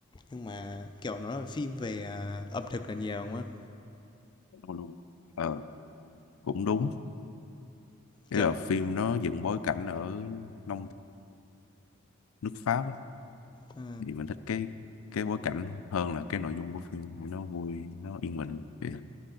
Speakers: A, on the left (about 20°); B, on the left (about 80°).
A: nhưng mà, kiểu, nó là phim về, à, ẩm thực là nhiều, đúng không?
B: luôn ờ, cũng đúng nghĩa
A: Kiểu,
B: là phim nó dựng bối cảnh ở nông nước Pháp á.
A: ờ,
B: thì mình thích cái cái bối cảnh hơn là cái nội dung của phim vì nó vui nó yên bình Vậy.